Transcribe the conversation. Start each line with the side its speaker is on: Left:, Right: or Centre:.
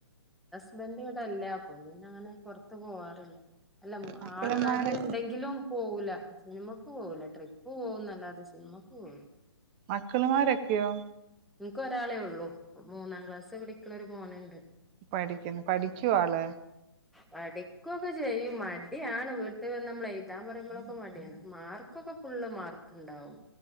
Centre: ഇവന്റെ വിടല്ലപ്പം ഞാന് പൊറത്ത് പോവാറില്ല അല്ല
Right: മക്കളുമാരെ
Centre: ആള് നാട്ടിണ്ടെങ്കിലും പോവൂല സിനിമക്ക് പോവൂല ട്രിപ്പ് പോകുന്നല്ലാതെ സിനിമക്ക് പോകുല
Right: മക്കള്മാരൊക്കെയോ?
Centre: നിക്ക് ഒരാളെ ഉള്ളൂ മൂന്നാം ക്ലാസ് പഠിക്കണ ഒരു മോന്ണ്ട്
Right: പഠിക്കുന്നു. പഠിക്കുവോ അള്?
Centre: പഠിക്കുക്കെ ചെയ്യും മടിയാണ് വീട്ടിവന്ന് നമ്മള് എഴുതാൻ പറയുമ്പോളൊക്കെ മടിയാണ് മാർക്കൊക്കെ ഫുള്ള് മാർക്കുണ്ടാവും